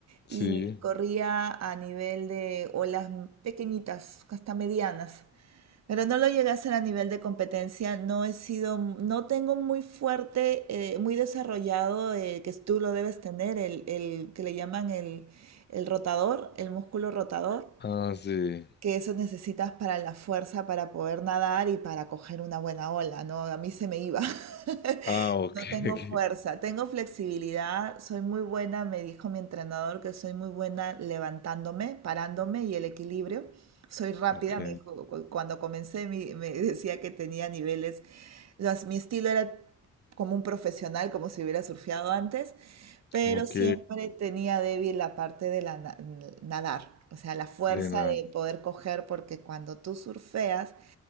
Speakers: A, on the left; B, on the right.
A: sí.
B: y corría a nivel de olas m- pequeñitas, hasta medianas. Pero no lo llegué a hacer a nivel de competencia, no he sido, no tengo muy fuerte, eh, muy desarrollado, eh, que tú lo debes tener, el, el que le llaman el, el rotador, el músculo rotador
A: Ah, sí.
B: que eso necesitas para la fuerza para poder nadar y para coger una buena ola, ¿no? A mí se me iba. <laughs>
A: Ah, ok,
B: No tengo
A: <laughs>
B: fuerza, tengo flexibilidad, soy muy buena, me dijo mi entrenador que soy muy buena levantándome, parándome y el equilibrio. Soy rápida,
A: ok,
B: me dijo, cu- cuando comencé mi- me decía que tenía niveles, las- mi estilo era como un profesional, como si hubiera surfeado antes, pero
A: ok,
B: siempre
A: ok,
B: tenía débil la parte de la na- nadar, o sea, la fuerza
A: de nada.
B: de poder coger, porque cuando tú surfeas,